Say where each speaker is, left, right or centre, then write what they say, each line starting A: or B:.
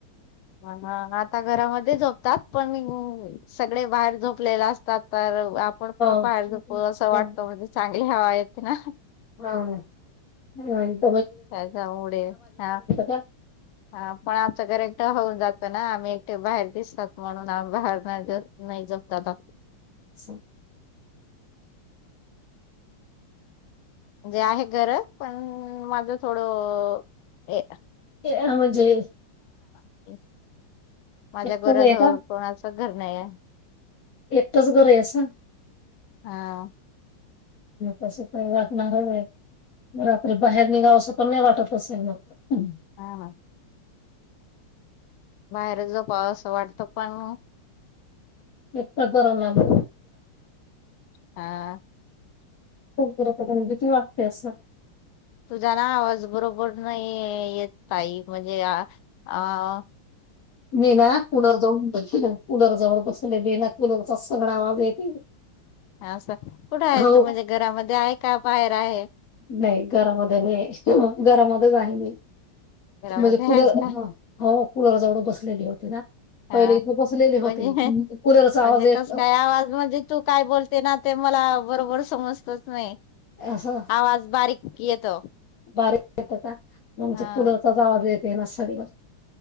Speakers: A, on the left; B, on the left.
A: हा हा आता घरामध्ये झोप तात पण मी सगळे बाहेर झोपलेले असतात तर आपण
B: हो.
A: पण बाहेर जो असं
B: हां,
A: वाटत म्हणजे चांगली हवा ये ना.
B: हा हा हा.
A: त्याचा उढ हा
B: का?
A: हा पण आमच करेक्ट होऊन जात ना आम्ही एकटे बाहेर दिसतात म्हणून आम्ही बाहेर नाही नाही जात दादा
B: <unintelligible>
A: म्हणजे आहे घर पण माझं थोडं हे
B: हे ये म्हणजे
A: <unintelligible> माझ्या
B: एकटंच
A: घराजवळ
B: आहे का?
A: कोणाचं घर नाही आहे.
B: एकटच घर आहे असं
A: हा.
B: तस काही वाटणार आहे होय रात्री बाहेर निघाव असं पण नाही वाटत असेल मग. हम्म.
A: हा हा बाहेर झोपावं अस वाटत पण
B: एकट जरा लांब
A: हा
B: म्हणजे तिथं भिती वाटते असं
A: तुझा ना आवाज बरोबर नाही येत ताई म्हणजे आ आ
B: मी ना कुलर जवळ बसेल ये कुलरजवळ बसले बिना कुलरचा सगळा आवाज येते
A: असं कुठं आहे
B: हो
A: तू म्हणजे घरामध्ये आहे का बाहेर आहे
B: -नाही घरामध्ये नाहीये घरामध्ये वाहिनी
A: घरामध्ये
B: म्हणजे कूल
A: आहेस का
B: हो कुलर जवळ बस नेली होती ना पहिले
A: हा
B: इथे बसलेली होती
A: म्हणजे
B: कूलरचा
A: -म्हणजे
B: आवाज येत
A: कस काय आवाज म्हणजे तू काय बोलते ना ते मला बरोबर समजत होय
B: असं
A: आवाज बारीक येतो?
B: बारीक येत का म्हणजे
A: हा
B: कुलरचाच आवाज येत ते मसाले भाज